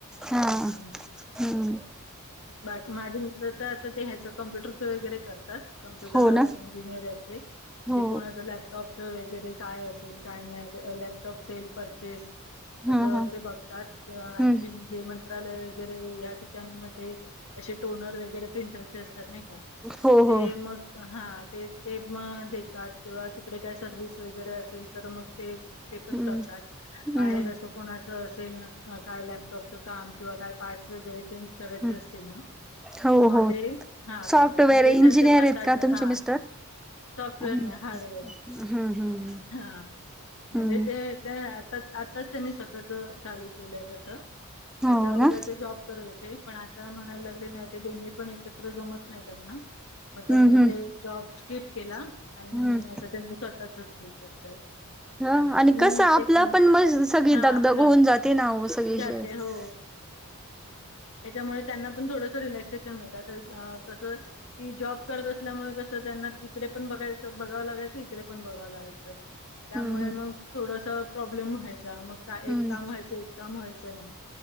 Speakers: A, in the centre; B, on the left (about 65°).
A: हा
B: हं. हं.
A: हम्म
B: बाकी माझे मित्र तर आता ते ह्याचं कम्प्युटरच वगैरे कर त्यात. कप्युटर
A: हो ना
B: इंजिनियर हायते म्हणजे
A: हो
B: कोणाचा लॅप टॉपच वगैरे काय असेल काय नाही. लॅपटॉप सेल परचेस --
A: हा
B: असं
A: हा
B: ते बघतात. आणखीन
A: हम्म
B: जे मंत्रालय वगैरे या ठिकाणमते असे टोनर वगैरे प्रिंटरचे असतात नाई का
A: हो
B: ते
A: हो
B: मग हा ते -- ते मग देतात किंवा तिकडे काय सर्व्हस वगैरे असेल तर मग ते -- ते पण
A: हम्म
B: करतात.
A: हम्म
B: बाहेर असं कोणाच असेल काय लॅपटॉपच काम किंवा काही पार्टस वगैरे चेंज करायचे
A: हम्म
B: असतील ना --
A: हो
B: तर मग
A: हो
B: ते हा
A: सॉफ्टवेअर
B: करतात. पण ते
A: इंजिनियर
B: त्यांच स्वतःच
A: आहेत का तुमचे
B: ह.
A: मिस्टर
B: सॉफ्टवेअर
A: हम्म
B: नाही. हार्डवेअर
A: हम्म हम्म
B: हा. म्हणजे
A: हम्म
B: ते हेच्या आता -- आताच त्यांनी स्वतःच चालू केलंय तसं हेच्या
A: हो
B: अगोदर
A: ना
B: ते जॉब करते पण आता म्हणायला लागले. नाही ते दोन्ही पण एकत्र जमत नाही त्यांना. मग त्यांनी
A: हम्म हम्म
B: ते जॉब स्किप केला आणि
A: हम्म
B: आता त्यांनी स्वतःचच हे करतात.
A: ह
B: आणि
A: कसं आपलं
B: ते क
A: पण मग सगळी
B: हा
A: दगदग
B: आपलं,
A: होऊन जाते ना हो सगळी
B: जाते
A: शे हम्म
B: हो. त्याच्यामुळे त्यांना पण थोडस रिलॅक्सेशन मिळत आता हं कसं की जॉब करत असल्यामुळे कसं त्यांना तिकडे पण बघायचं बघावं लागायचं. इकडे -- ण बघाव लागायचं त्यामुळे
A: हम्म
B: मग थोडसा प्रॉब्लेम व्हायचा. मग का
A: हम्म
B: एक काम व्हायचं. एक काम व्हायचं नाही.